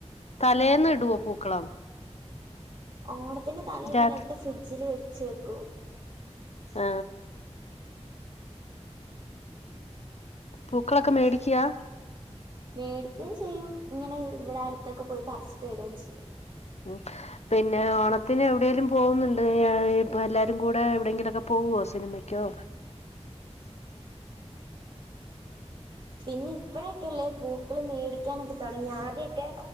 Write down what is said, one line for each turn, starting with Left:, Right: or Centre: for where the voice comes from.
Left: തലേന്ന് ഇടുവോ പൂക്കളം
Right: ഓണത്തിന്റെ തലേന്ന്
Left: രാ
Right: എല്ലാം എടുത്ത് ഫ്രിഡ്ജില് വെ ച്ചേക്കും.
Left: ആ പൂക്കളൊക്കെ മേടിക്കാ
Right: മേടിക്കേം ചെയ്യും ഇങ്ങനെ ഇവിടെ അടുത്തൊക്കെ പോയി പറിച്ചിട്ട് വരുവേം ചെയ്യും
Left: ഉം പിന്നെ ഓണത്തിന് എവിടേലും പോവുന്നുണ്ട് എ ഇപ്പ എല്ലാരും കൂടെ എവിടേങ്കിലുമൊക്കെ പോവുവോ സിനിമക്കോ
Right: പിന്നെ ഇപ്പഴൊക്കെല്ലേ പൂക്കള് മേടിക്കാനൊക്കെ തൊടങ്ങിയേ ആദ്യമൊക്കെ